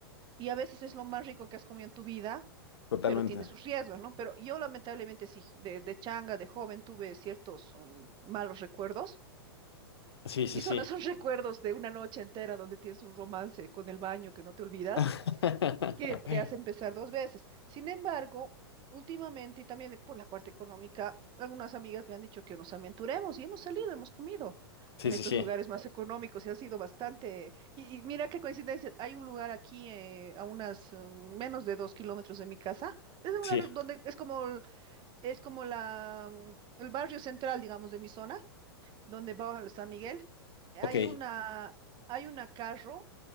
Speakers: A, on the right; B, on the left.
A: y a veces es lo más rico que has comido en tu vida
B: totalmente.
A: pero tiene sus riesgos, ¿no? Pero yo lamentablemente sí, de, de changa, de joven, tuve ciertos mm, malos recuerdos
B: Sí, sí,
A: y
B: sí.
A: son esos <laughs> recuerdos de una noche entera donde tienes un romance con el baño que no te olvidas
B: <laughs>
A: que te hace empezar dos veces. Sin embargo, últimamente y también por la parte económica, algunas amigas me han dicho que nos aventuremos y hemos salido, hemos comido
B: Sí,
A: en estos
B: sí, sí,
A: lugares más económicos y ha sido bastante. Y, y mira qué coincidencia, hay un lugar aquí eh, a unas mm, menos de dos kilómetros de mi casa. Es un lugar
B: sí.
A: donde es como, el- es como la, mm, el barrio central, digamos, de mi zona donde va a San Miguel, hay
B: Ok.
A: una, hay una carro